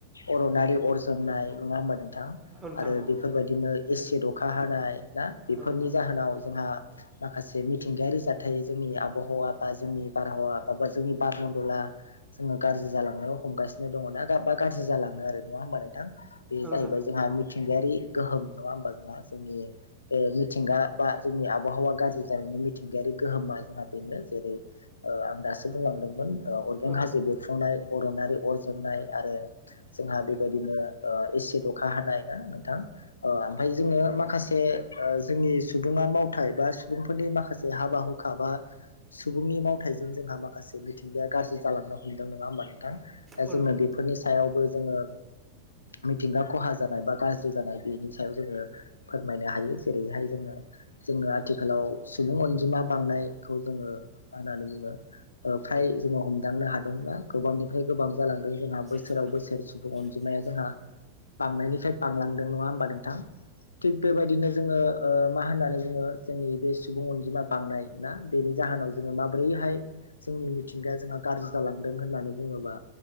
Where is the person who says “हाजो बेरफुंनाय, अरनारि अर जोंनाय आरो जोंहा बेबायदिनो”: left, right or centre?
Left